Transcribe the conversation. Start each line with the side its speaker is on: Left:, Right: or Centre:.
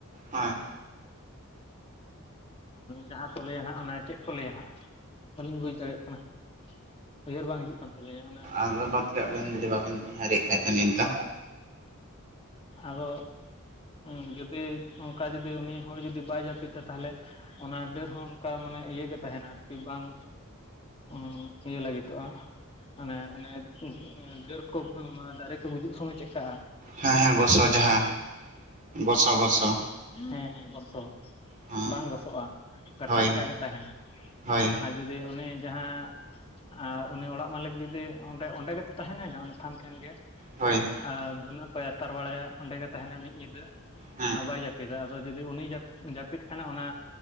Right: ᱦᱮᱸ
Left: ᱡᱟᱦᱟᱸ ᱠᱚ ᱞᱮᱭᱟ ᱱᱟᱜᱷ ᱚᱱᱮ ᱪᱮᱫ ᱠᱚ ᱞᱮᱭᱟ ᱱᱟᱜᱷ ᱵᱟᱹᱞᱤᱧ ᱵᱩᱡ ᱫᱟᱲᱮᱭᱟᱜ ᱠᱟᱱᱟ᱾ ᱩᱭᱦᱟᱹᱨ ᱵᱟᱝ ᱦᱤᱡᱩᱜ ᱠᱟᱱᱟ᱾ ᱨᱮᱭ ᱚᱱᱟ,
Right: ᱟᱫᱚ ᱵᱟᱛ ᱠᱟᱜ ᱵᱤᱱ ᱡᱩᱫᱤ ᱵᱟᱵᱤᱱ ᱩᱭᱦᱟᱹᱨᱮᱜ ᱠᱷᱟᱡ ᱫᱚ ᱱᱤᱛ ᱫᱚ᱾
Left: ᱟᱫᱚ, ᱦᱩᱸ ᱡᱩᱫᱤ ᱚᱱᱠᱟ ᱡᱩᱫᱤ ᱩᱱᱤ ᱦᱚᱲ ᱡᱩᱫᱤ ᱵᱟᱭ ᱡᱟᱯᱤᱫᱟ ᱛᱟᱦᱞᱮ ᱚᱱᱟ ᱰᱟᱹᱨ ᱦᱚᱸ ᱚᱱᱠᱟ ᱢᱟᱱᱮ ᱤᱭᱟᱹᱜᱮ ᱛᱟᱦᱮᱱᱟ᱾ ᱟᱨᱠᱤ ᱵᱟᱝ ᱩᱸ ᱤᱭᱟᱹ ᱞᱟᱹᱜᱤᱛᱚᱜᱼᱟ ᱾ ᱢᱟᱱᱮ ᱚᱱᱮ ᱰᱟᱹᱨ ᱠᱚ ᱫᱟᱨᱮ ᱠᱚ ᱜᱩᱡᱩᱜ ᱥᱚᱢᱚᱭ ᱪᱮᱫᱠᱟᱜᱼᱟ ᱾
Right: ᱦᱮᱸ ᱦᱮᱸ ᱜᱚᱥᱚ ᱡᱟᱦᱟ, ᱸ ᱜᱚᱥᱚ ᱜᱚᱥᱚ,
Left: ᱦᱮᱸ ᱦᱮᱸ ᱜᱚᱥᱚ
Right: ᱦᱮᱸ
Left: ᱵᱟᱝ ᱜᱚᱥᱚᱜᱼᱟ ᱾
Right: ᱦᱳᱭ
Left: ᱴᱟᱴᱠᱟ ᱜᱮ ᱛᱟᱦᱮᱱᱟ,
Right: ᱦᱳᱭ
Left: ᱟᱨ ᱡᱩᱫᱤ ᱚᱱᱮ ᱡᱟᱦᱟᱸ ᱟᱨ ᱩᱱᱤ ᱚᱲᱟᱜ ᱢᱟᱹᱞᱤᱠ ᱡᱩᱫᱤ ᱚᱸᱰᱮ ᱚᱸᱰᱮ ᱜᱮᱛᱚ ᱛᱟᱦᱮᱱᱟᱭ ᱱᱟᱜ ᱚᱰᱮ ᱛᱷᱟᱱ ᱴᱷᱮᱱ ᱜᱮ,
Right: ᱦᱳᱭ᱾
Left: ᱟᱨ ᱫᱷᱩᱱᱟᱹ ᱠᱚᱭ ᱟᱛᱟᱨ ᱵᱟᱲᱟᱭᱟ, ᱚᱸᱰᱮ ᱜᱮ ᱛᱟᱦᱮᱱᱟᱭ ᱢᱤᱫ ᱧᱤᱫᱟᱹ᱾
Right: ᱦᱮᱸ
Left: ᱵᱟᱭ ᱡᱟᱯᱤᱫᱟ ᱟᱫᱚ ᱡᱩᱫᱤ ᱩᱱᱤ ᱡᱟᱯᱤ ᱡᱟᱯᱤᱫ ᱠᱷᱟᱱᱮ ᱚᱱᱟ